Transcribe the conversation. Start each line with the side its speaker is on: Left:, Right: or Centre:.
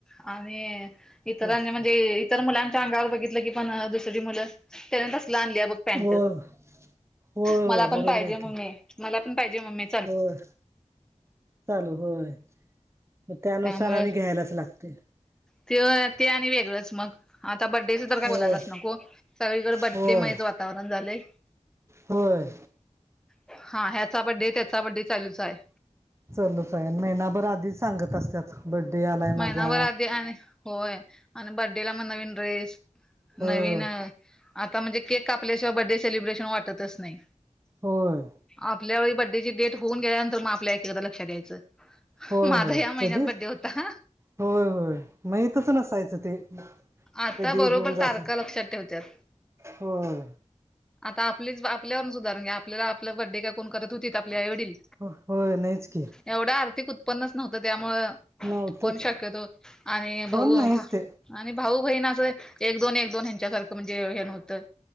Centre: आणि इतरांनी
Right: तेच की
Centre: म्हणजे. तर मुलांच्या अंगावर बघितलं की पण दुसरी मुलं त्यान तसलं आणली बघ. पॅन्ट
Right: होय होय
Centre: मला
Right: होय
Centre: पण
Right: बरोबर
Centre: पाहिजे
Right: आहे
Centre: मम्मे
Right: की
Centre: मला पण पाहिजे ममी.
Right: होय चालू होय. मग त्यानुसार
Centre: त्यामुळे
Right: आणी घ्यायलाच लागतय.
Centre: ते, ते आणि वेगळंच मग. आता बड्डेच तर काय
Right: होय
Centre: बोलायलाच नको सगळीकडे बड्डे
Right: होय
Centre: म्हयचं वातावरण झालंय.
Right: होय,
Centre: हा, ह्याचा बड्डे, त्याचा बड्डे, चालूच आहे.
Right: चालुच आहे, आनी महिनाभर आधीच सांगत असतत, बड्डे आलाय
Centre: महिनाभर
Right: माझा.
Centre: आधी होय आणि बड्डेला मग नवीन ड्रेस नवीन.
Right: होय
Centre: आता म्हणजे केक कापल्याशिवाय बर्थडे सेलिब्रेशन वाटतच नाही.
Right: होय,
Centre: आपल्या बड्डे ची डेट होऊन गेल्यानंतर मग आपल्या एकी एकदा लक्षात द्यायचं.
Right: होय
Centre: माझा
Right: होय
Centre: या महिन्यात
Right: कधी
Centre: बड्डे होता.
Right: होय, होय, माहीतच नसायचं ते
Centre: आता
Right: कधी
Centre: बरोबर
Right: उघऊन जाते.
Centre: तारखा लक्षात ठेवत्यात
Right: होय,
Centre: आता आपलीच, आपल्यावरून सुधारण घ्या, आपल्याला, आपलं बड्डे काय कोण करत होतीत, आपल्या आई वडील.
Right: होय, नाहीच की.
Centre: एवढं आर्थिक उत्पन्नच नव्हतं त्यामुंळ
Right: नव्हतंच
Centre: कोण शक्यतो आणि
Right: कोण
Centre: भाऊ.
Right: नाहीच ते
Centre: आणि भाऊ बहीण असं एक दोन एक दोन ह्यांच्यासारखं म्हणजे हे नव्हतं